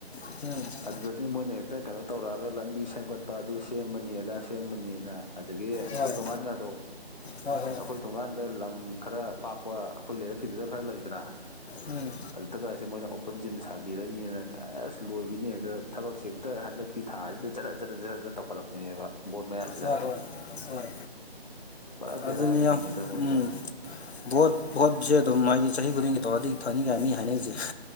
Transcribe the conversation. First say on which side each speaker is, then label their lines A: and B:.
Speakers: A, on the left; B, on the left.
A: ꯎꯝ
B: ꯑꯗꯨꯗꯗꯤ ꯃꯣꯏꯅ ꯍꯦꯛꯇ ꯀꯩꯅꯣ ꯇꯧꯔꯛꯑꯒ ꯂꯝꯕꯤ ꯁꯦꯝꯒꯠꯄ ꯑꯗꯨ ꯁꯦꯝꯃꯅꯤ ꯑꯗꯥ ꯁꯦꯝꯃꯅꯤꯅ ꯑꯗꯒꯤ
A: ꯍꯣꯏ
B: ꯑꯈꯣꯏ ꯊꯣꯡꯒꯥꯟꯀꯗꯣ
A: ꯍꯣꯏ ꯍꯣꯏ
B: ꯑꯈꯣꯏ ꯊꯣꯡꯒꯥꯟꯗ ꯂꯝ ꯈꯔ ꯄꯥꯛꯄ ꯑꯈꯣꯏꯒꯤ ꯂꯩꯔꯛꯀꯤꯗꯨꯗ ꯈꯔ ꯂꯩꯗꯅ
A: ꯎꯝ
B: ꯑꯗꯨꯗ ꯀꯥꯏꯁꯦ ꯃꯣꯏꯅ ꯑꯣꯄꯟ ꯖꯤꯝ ꯁꯥꯕꯤꯔꯅꯤꯅ ꯀꯩꯁ ꯂꯣꯏꯕꯤꯅꯤ ꯍꯦꯛꯇ ꯊꯕꯛꯁꯦ ꯍꯦꯛꯇ ꯍꯟꯗꯛꯀꯤ ꯊꯥꯁꯤꯗ ꯖꯔ ꯖꯔ ꯖꯔ ꯇꯧꯈꯠꯂꯛꯄꯤꯅꯦꯕ ꯕꯣꯠ ꯃꯌꯥꯁꯤꯗ
A: ꯍꯣꯏ ꯍꯣꯏ ꯍꯣꯏ
B: ꯄꯨꯔꯥ ꯕꯦꯔꯥꯒꯤ
A: ꯑꯗꯨꯅꯤ
B: ꯃꯤꯅꯤꯗ
A: ꯎꯝ
B: ꯃꯣꯏꯁꯦ
A: ꯚꯣꯠ ꯚꯣꯠꯁꯦ ꯑꯗꯨꯝ ꯍꯥꯏꯗꯤ ꯆꯍꯤ ꯈꯨꯗꯤꯡꯒꯤ ꯇꯧꯔꯗꯤ ꯐꯅꯤ ꯀꯥꯏꯅꯤ ꯃꯤ ꯍꯥꯏꯅꯩꯁꯦ